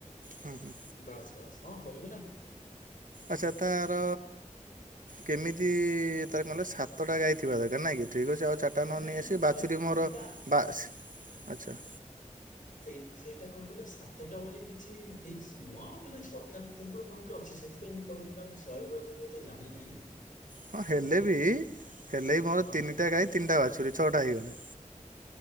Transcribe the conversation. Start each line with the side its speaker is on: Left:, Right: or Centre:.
Right: ହୁଁ ହୁଁ
Left: ବାସ୍ ବାସ୍ ହଁ କରିବିନା
Right: ଆଛା ତାର କେମିତି ତାର କଣ କହିଲ ସାତଟା ଗାଈ ଥିବା ଦରକାର ନାଇଁ କି ଠିକ୍ ଅଛି ଆଉ ଛ ଟା ନ
Left: ନାଇଁ
Right: ନେଇ
Left: ନାଇଁ
Right: ଆସି ବାଛୁରୀ
Left: ମାନେ
Right: ଟି ମୋର
Left: ସେଇଟା
Right: ବାସ୍ ଆଛା
Left: ସେଇ ସେଇଟା କଣ କହିଲ ସାତଟା ବୋଲି କିଛି ଫିକ୍ସ ନୁହଁ ମାନେ ସରକାରଙ୍କ ତରଫରୁ କୋଉଠି ଅଛି ସେଥିପାଇଁ ମୁଁ କହିଲି ବା ମୁଁ ଶହେ ପ୍ରତିଶତ ଜାଣିିନହିଁ
Right: ହଁ ହେଲେ ବି ହେଲେ ମୋର
Left: ହଁ
Right: ତିନିଟା ଗାଈ ତିନିଟା ବାଛୁରୀ ଛଅଟା ହେଇଗଲେ